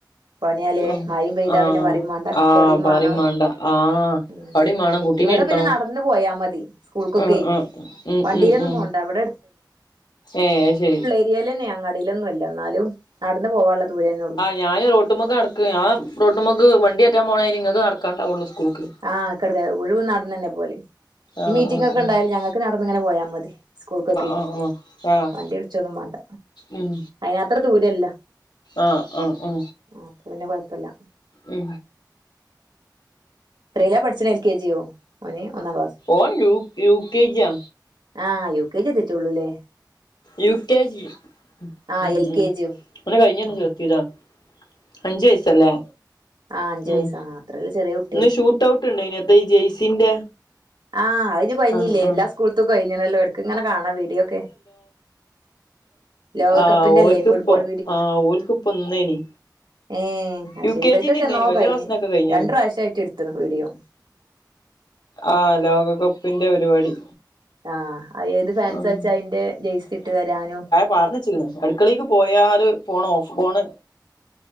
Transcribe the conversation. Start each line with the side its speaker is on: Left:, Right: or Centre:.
Right: പണിയാലേ
Left: ഉ
Right: മഴയും പെയ്താ
Left: ആഹ
Right: പിന്നെ പറയും വേണ്ട
Left: ആഹ്
Right: കൊടയും
Left: പറി
Right: വേണം
Left: മേണ്ട ആ
Right: ഉം
Left: പണി മേണം കുട്ടീനെ
Right: ഇവിടെ
Left: എടുക്കണം
Right: പിന്നെ നടന്ന് പോയാ മതി സ്കൂൾക്കൊക്കെ
Left: ആ ആ ഉ
Right: വണ്ടിയിലൊന്നും
Left: ഉ ഉ
Right: പോണ്ട ഇവിടെ
Left: ഏയ് ശരി
Right: ഇതിയൽ തന്നെ നടി ലൊ ന്നുമല്ല എന്നാലും അടുന്ന് പോവാനുള്ളദൂ രേന്നെ ഉള്ളൂ
Left: ഞാൻ റോട്ടുമുക്ക് നടക്ക ഞാൻ റോട്ടുമുക്ക് വണ്ടികേ റ്റാൻ പോണയി നിങ്ങൾക്ക് നടക്കാണ്ടാവുള്ളൂ സ്കൂൾക്ക്
Right: ആഹ് കടക്ക ഒഴിവ് നടന്ന തന്നെ പോലെ
Left: ആഹ്
Right: ഈ മീറ്റിംഗ്
Left: ആഹ്
Right: ഒക്കെ ഉണ്ടായാല് ഞങ്ങൾക്ക് നടന്നിങ്ങെ നെ പോയാൽ മതി സ്കൂൾക്കൊക്കെ
Left: ആഹ് ആഹ് ആഹ് ആഹ് ആഹ്
Right: വണ്ടി വിളിച്ചൊന്നും വേണ്ട
Left: ഉം
Right: അയാത്ര ദൂരല്ല
Left: ആഹ് ആഹ് ഉ
Right: അപ്പൊ പിന്നെ കൊഴപ്പല്ല
Left: ഉ
Right: എത്രേലാ പഠിച്ചത് എൽ കെ ജിയോ ഇ നി ഒന്നാം ക്ലാസ്
Left: ഓൻ യു യു കെ ജി യാ
Right: ആ യു കെ ജെത്തിച്ചള്ളൂല്ലേ
Left: യുകെജി
Right: ആഹ്
Left: ഉം
Right: എൽ
Left: ഉം
Right: കെ ജിയോ
Left: ഇങ്ങനെ കഴിഞ്ഞങ്ങ്
Right: ആഹ്
Left: നിർത്തിയതാ അഞ്ചു വയസ്സല്ലേ
Right: ആ അഞ്ചുവയസ്സാ
Left: ഉം
Right: അത്രവലിയ ചെറിയ കുട്ടി
Left: ഇന്ന് ഷൂട്ട് ഔട്ട്ണ്ട് ഇണ്ടായിന് എത്ത ഈ ജെയ്സിന്റെ
Right: ആഹ് അത് കഴിഞ്ഞില്ലേ
Left: ആഹ് ആഹ്
Right: എല്ലാ സ്കൂള് ത്തും കഴിഞ്ഞണല്ലോ എടക്ക ഇങ്ങനെ കാണാം വീഡിയോ ഒക്കെ ലോകകപ്പിന്റെ
Left: ആ ഓല്ക്ക്പ്പൊ
Right: അല്ലേ ഫുട്ബോൾ
Left: ആ ഓല്ക്ക്പ്പൊ ഇന്നേനി
Right: മ്മ് അയ്
Left: യു
Right: ശരി
Left: കെ
Right: ഇവർക്കൊക്കെ
Left: ജിന്റെ ഇന്നേനി
Right: എന്നോ
Left: വല്യ
Right: കഴിഞ്ഞ്
Left: ക്ലാസ്സിനൊക്കെ കഴിഞ്ഞ്ണ്
Right: രണ്ട് പ്രാവിശ്യായിട്ട് എടുത്ത്ക്ക്ണ് വീഡീയോ
Left: ആഹ് ലോകകപ്പിന്റെ പരിപാടി
Right: ആഹ് ഏത് ഫാൻസാച്ചാ
Left: ആഹ്
Right: അയിന്റെ ജയ്സി ഇട്ട് വരാനും
Left: പാറന്ന്ച്ച്ണ് അടുക്കളേക്ക് പോയാല് ഫോൺ ഓഫ് ഫോണ്